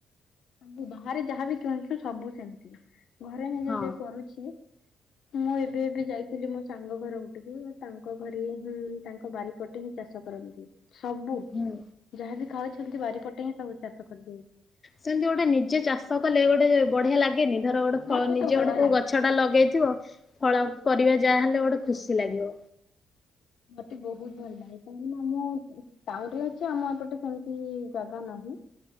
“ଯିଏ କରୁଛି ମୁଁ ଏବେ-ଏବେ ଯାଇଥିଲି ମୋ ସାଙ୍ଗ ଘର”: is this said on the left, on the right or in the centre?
Left